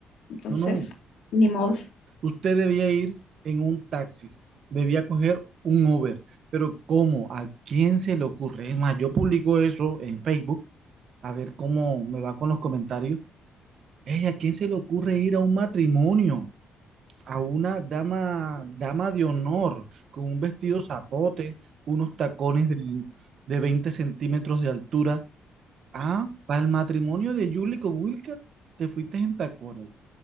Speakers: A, on the left; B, on the right.
A: Entonces,
B: No, no.
A: ni modo.
B: Usted debía ir en un taxi, debía coger un Uber, pero ¿cómo? ¿A quién se le ocurre? Es más, yo publico eso en Facebook, a ver cómo me va con los comentarios. Ey, ¿a quién se le ocurre ir a un matrimonio? A una dama, dama de honor, con un vestido zapote, unos tacones de, de 20 centímetros de altura. Ah, para el matrimonio de Julie con Wilker, te fuiste en tacones.